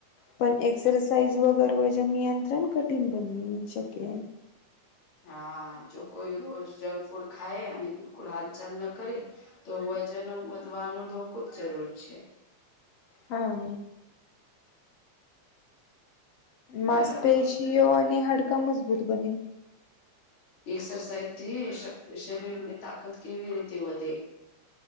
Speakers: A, on the left; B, on the left.
A: પણ એક એક્સરસાઇઝ વગર વજન નિયંત્રણ કઠિન બની શકે
B: હા જો કોઈ રોજ જંક ફૂડ ખાય અને બિલકુલ હાથ ચાલ ન કરે તો વજન વધવાનું ધોખું જ જરૂર છે
A: હા માંસપેશીઓ
B: બરાબર છે
A: અને હાડકા મજબૂત બને
B: એક્સરસાઇઝ થી શરીર ની તાકાત કેવી રીતે વધે